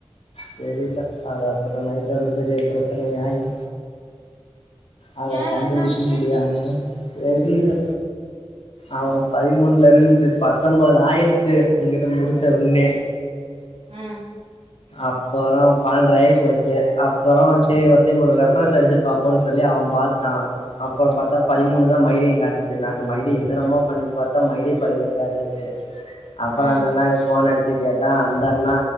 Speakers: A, on the left (about 80°); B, on the right (about 80°).
A: தெரியல அது அப்பறோ நைட்டு ஒரு பெரிய பிரச்சனை ஆகி அத
B: ஏ
A: கண்டு
B: என்னாச்சு
A: புடிக்க முடியாம தெரியல்ல அவமா பதிமூணுல இருந்துச்சு பத்தொன்போது ஆயிருச்சு உங்ககிட்ட முடிச்ச உன்னே
B: ம்
A: அப்பறோ பன்னென்ற ஆயி போச்சு அப்புறோ சேரி
B: அ
A: ஓ ஒரு ரிப்ரன்ஸ் அடிச்சு பாப்போன்னு சொல்லி அவ பாத்தா அப்பறோ பாத்தா பதிமூணு
B: அ
A: தா மறுபடியு கா செரி நாங்க மரிடி என்னென்னமோ பண்ணி பாத்தா மரிடி பதிமூணுதா இருந்துச்சு அப்றோ
B: ஆ
A: அந்த அண்ணாக்கு ஃபோன் அடிச்சு கேட்டா அந்த அண்ணா